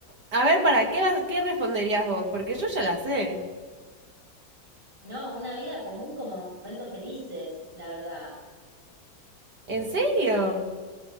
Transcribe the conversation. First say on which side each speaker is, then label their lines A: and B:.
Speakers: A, on the right (about 55°); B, on the right (about 25°).
A: a ver, ¿para qué, vas- qué responderías vos? Porque yo ya la sé.
B: No, una vida común con momentos felices, la verdad.
A: ¿En serio?